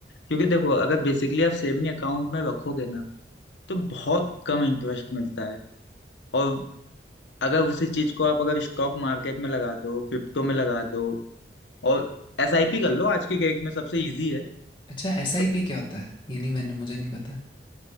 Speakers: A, on the left (about 85°); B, on the left (about 25°).
A: क्योंकि देखो अगर बेसिकली आप सेविंग अकाउंट में रखोगे ना तो बहुत कम इंटरेस्ट मिलता है और अगर उसी चीज को आप अगर स्टॉक मार्केट में लगा दो क्रिप्टो में लगा दो और एसआईपी कर लो आज के डेट में सबसे इजी है
B: अच्छा एसआईपी
A: तो
B: क्या होता है ये नहीं मैंने मुझे नहीं पता